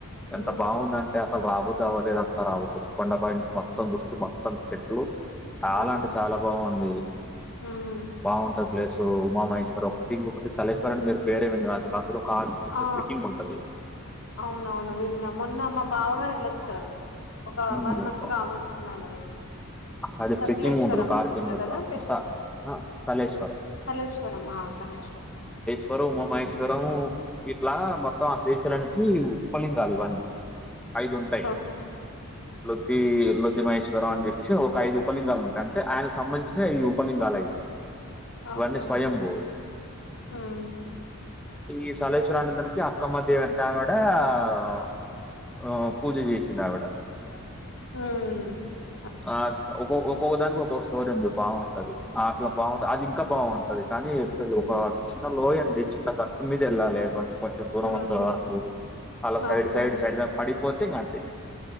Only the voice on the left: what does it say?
ఉమ్
అదే
ఉమ్
ఆ
అవునవును విన్నా, మొన్న మా బావగారు వెళ్ళొచ్చారు. ఒక
వన్ మంత్ కావోస్తుంది ఆయన వెళ్ళి.
సకలేశ్వరం
అనుకుంటా
కదా
సలేేశ్వరమ సలేేశ్వరం
ఉ
ఓకే
ఉమ్
హు
ఉమ్
ఓకే